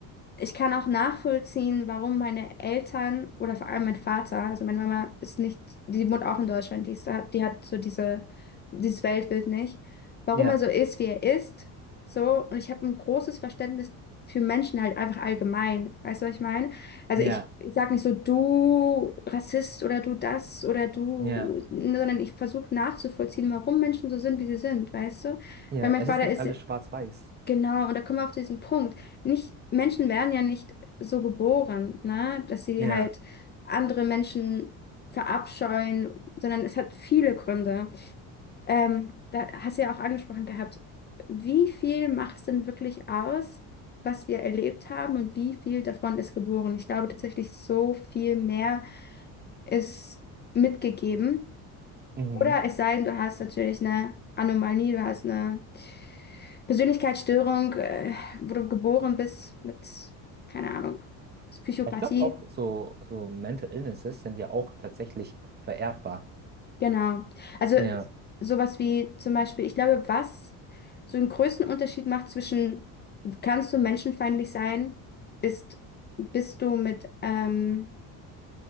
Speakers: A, on the left (about 30°); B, on the right (about 25°).
A: ich kann auch nachvollziehen, warum meine Eltern oder vor allem mein Vater, also meine Mama ist nicht, die wohnt auch in Deutschland, die ist da, die hat so diese, dieses Weltbild nicht, warum
B: Ja,
A: er so ist, wie er ist, so, und ich habe ein großes Verständnis für Menschen halt einfach allgemein, weißt du, was ich meine? Also
B: ja,
A: ich, ich sag nicht so, du Rassist oder du das oder du,
B: ja,
A: sondern ich versuche nachzuvollziehen, warum Menschen so sind, wie sie sind, weißt du?
B: ja.
A: Weil mein
B: Es
A: Vater
B: ist nicht
A: ist
B: alles schwarz-weiß.
A: Genau, und da kommen wir auch zu diesem Punkt. Nicht, Menschen werden ja nicht so geboren, ne, dass sie
B: Ja.
A: halt andere Menschen verabscheuen, sondern es hat viele Gründe. Ähm, da hast du ja auch angesprochen gehabt, wie viel macht es denn wirklich aus, was wir erlebt haben und wie viel davon ist geboren? Ich glaube tatsächlich, so viel mehr ist mitgegeben.
B: Mhm.
A: Oder es sei denn, du hast natürlich eine Anomalie, du hast eine Persönlichkeitsstörung, äh, wo du geboren bist mit, keine Ahnung, Psychopathie.
B: Ich glaube auch so, so Mental Illnesses sind ja auch tatsächlich vererbbar.
A: Genau. Also
B: Ja,
A: sowas wie zum Beispiel, ich glaube, was so einen größten Unterschied macht zwischen, kannst du menschenfeindlich sein, ist, bist du mit, ähm,